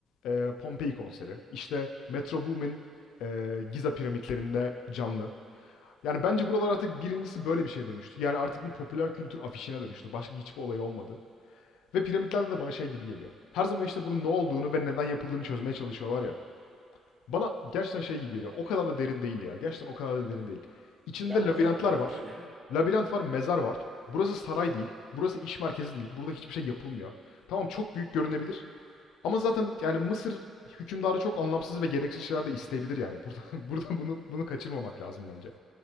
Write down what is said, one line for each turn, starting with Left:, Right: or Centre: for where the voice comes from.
Left: e, Pompei konseri. İşte Metro Boomin e, Giza piramitlerinde canlı. Yani bence buralar artık birincisi böyle bir şeye dönüştü. Yani artık bir popüler kültür afişine dönüştü. Başka hiçbir olay olmadı. Ve piramitlerde de bana şey gibi geliyor. Her zaman işte bunun ne olduğunu ve neden yapıldığını çözmeye çalışıyorlar ya. Bana gerçekten şey gibi geliyor. O kadar da derin değil ya. Gerçekten o kadar da derin değil. İçinde
Right: Ya o
Left: labirentler
Right: kadar da derin
Left: var.
Right: değil evet.
Left: Labirent var, mezar var. Burası saray değil. Burası iş merkezi değil. Burada hiçbir şey yapılmıyor. Tamam çok büyük görünebilir. Ama zaten yani Mısır hükümdarı çok anlamsız ve gereksiz şeyler de isteyebilir yani. Burada, <laughs> burada bunu bunu kaçırmamak lazım bence.